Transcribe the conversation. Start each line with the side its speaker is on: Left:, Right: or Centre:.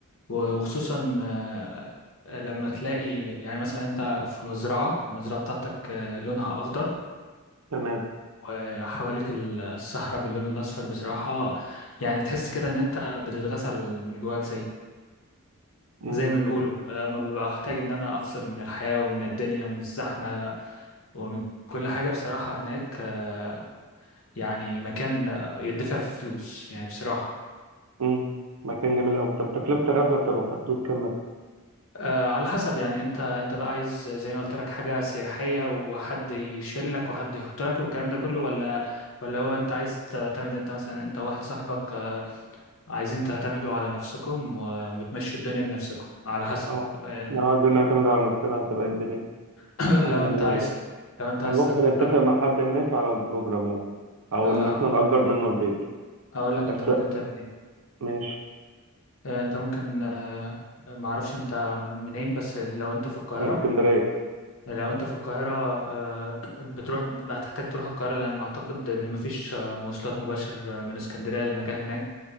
Left: وخصوصا آه لما تلاقي يعني مثلا انت في مزرعة المزرعة بتاعتك آه لونها اخضر
Right: تمام
Left: وحواليك الصحراء باللون الاصفر بصراحة يعني تحس كده ان انت بتتغسل من جواك زي
Right: مم.
Left: زي ما بنقوله لما ببقى احتاج ان انا افصل من الحياة ومن الدنيا ومن الزحمة ومن كل حاجة بصراحة هناك آه، يعني مكان آه، يدفع فيه فلوس يعني بصراحة
Right: امم مكان جميل قوي طب تكلفة الرحلة بتبقى في حدود كام مثلا؟
Left: آه، على حسب يعني انت انت بقى عايز زي ما قلت لك حاجة سياحية وحد يشيلك وحد يحط لك والكلام ده كله ولا ولا هو انت عايز تعتمد انت مثلا انت واحد صاحبك آه، عايزين تعتمدوا على نفسكم و- وتمشوا الدنيا بنفسكم على حسب
Right: اه
Left: آه،
Right: لو عايزين نعتمد على نفسنا هتبقى إيه الدنيا
Left: <clears throat>
Right: هنعملها
Left: لو انت عايز
Right: ازاي؟
Left: لو انت عايز
Right: هنروح
Left: تعتمد
Right: نتفق
Left: على
Right: مع حد هناك على البروجرام يعني او
Left: آه،
Right: ان احنا نأجر منه البيت
Left: هقول لك
Right: بس
Left: انت ممكن تعمل ايه
Right: ماشي
Left: آه، انت ممكن آه، ما اعرفش انت منين بس لو انت في القاهرة
Right: من اسكندرية
Left: لو انت في القاهرة آه، <clears throat> بتروح هتحتاج تروح القاهرة لأن أعتقد إن مفيش آه، مواصلات مباشر آه، من اسكندرية للمكان هناك